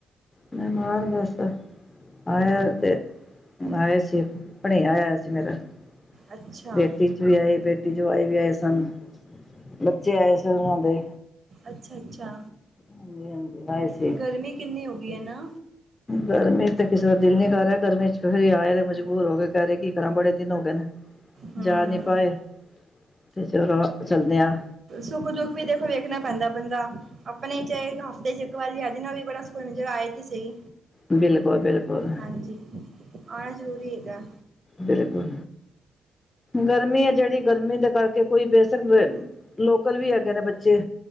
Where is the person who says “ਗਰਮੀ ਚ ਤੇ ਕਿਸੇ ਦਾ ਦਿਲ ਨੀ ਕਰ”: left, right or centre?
Left